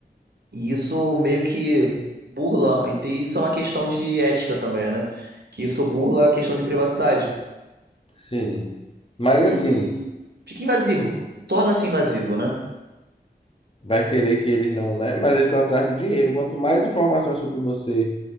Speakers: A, on the right (about 75°); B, on the left (about 30°).
A: E isso meio que burla, e tem- isso é uma questão de ética também, né? Que isso burla a questão de privacidade.
B: Sim. Mas
A: E
B: assim,
A: fica invasivo. Torna-se invasivo, né?
B: vai querer que eles não, né? Mas eles estão atrás do dinheiro. Quanto mais informações sobre você